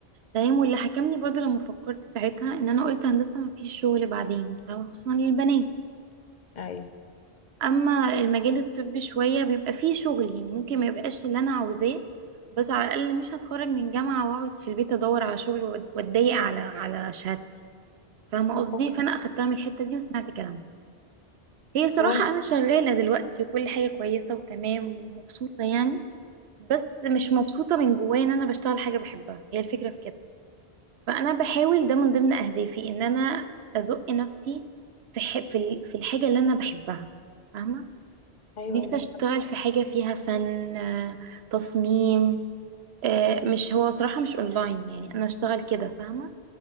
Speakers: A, on the right; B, on the left.
A: فاهم واللي حكمني برضو لما فكرت ساعتها ان انا قلت هندسه ما فيش شغل بعدين فاهمة؟ خصوصا للبنات
B: ايوه
A: اما المجال الطبي شويه بيبقى فيه شغل يعني ممكن ما يبقاش اللي انا عاوزاه بس على الاقل مش هتخرج من جامعه واقعد في البيت ادور على شغل وأت- واتضايق على على شهادتي فاهمه قصدي
B: هو
A: فانا اخدتها من الحته دي وسمعت كلامها هي صراحه
B: هو انت
A: انا شغاله دلوقتي وكل حاجه كويسه وتمام ومبسوطه يعني بس مش مبسوطه من جوايا ان انا بشتغل حاجه بحبها هي الفكره في كده فانا بحاول ده من ضمن اهدافي ان انا ازق نفسي في ح... في ال- في الحاجه اللي انا بحبها فاهمه
B: ايوه
A: نفسي اشتغل في حاجه فيها فن آه، تصميم آه، مش هو صراحه مش اونلاين يعني انا اشتغل كده فاهمه